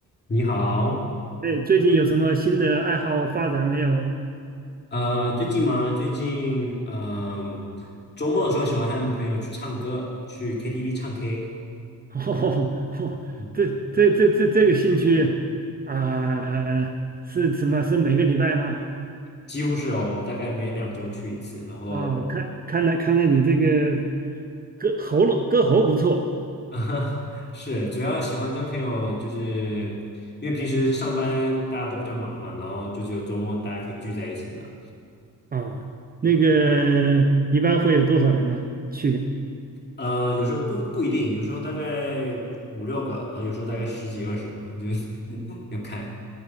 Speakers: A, on the left; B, on the right.
A: 你好，
B: 对，最近有什么新的爱好发展没有？
A: 呃，最近吗？最近，嗯、周末的时候喜欢和朋友去唱歌，去 KTV 唱 K，
B: <laughs> 哦，
A: 嗯
B: 这这这这这个兴趣啊、是什么？是每个礼拜吗？
A: 几乎是哦，我们大概每两周去一次，然后，
B: 啊、看看来看来你这个歌喉咙歌喉不错
A: <laughs> 是主要喜欢跟朋友，就是因为平时上班大家都比较忙嘛，然后就只有周末大家可以聚在一起这样，
B: 啊、那个一般会有多少人呢？
A: 嗯，
B: 去
A: 呃，有时候不不一定，有时候大概五六个，然后有时候大概十几二十个，就是 <laughs> 要看。